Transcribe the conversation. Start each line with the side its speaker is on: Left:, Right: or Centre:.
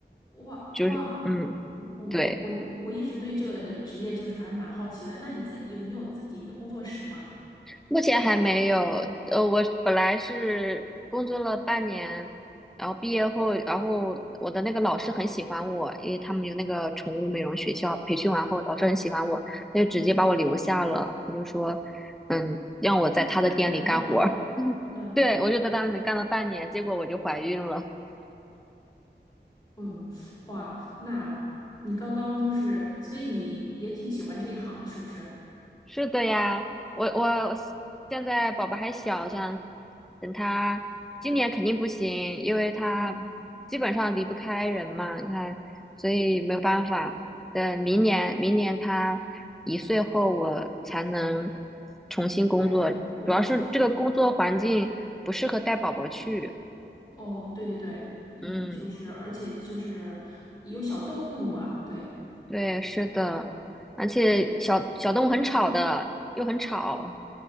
Left: 哇哇，
Centre: 就是嗯，
Left: 我我我我一直对这个职业就是还蛮好奇的。
Centre: 对。
Left: 那你自己有你有自己的工作室吗？
Centre: 目前还没有，呃，我本来是工作了半年，然后毕业后，然后我的那个老师很喜欢我，因为他们有那个宠物美容学校，培训完后老师很喜欢我，他就直接把我留下了，
Left: 嗯，
Centre: 他就说，嗯，让我在他的店里干活儿，
Left: 那那很好哎。
Centre: <laughs>
Left: 嗯
Centre: 对，我就在他那里干了半年，结果我就怀孕了。
Left: 嗯，哇，那你刚刚就是，所以你也挺喜欢这一行的，是不是？
Centre: 是的呀，我我现在宝宝还小，想等他今年肯定不行，因为他基本上离不开人嘛，
Left: 嗯，
Centre: 他所以没有办法。等明年，明年他一岁后，我才能重新工作。
Left: 哎，对，
Centre: 主要是这个工作环境不适合带宝宝去。
Left: 重新，哦，对对对，一就是，
Centre: 嗯，
Left: 而且就是有小动物嘛，对，
Centre: 对，是的，而且小小动物很吵的，
Left: 哎，
Centre: 又很吵。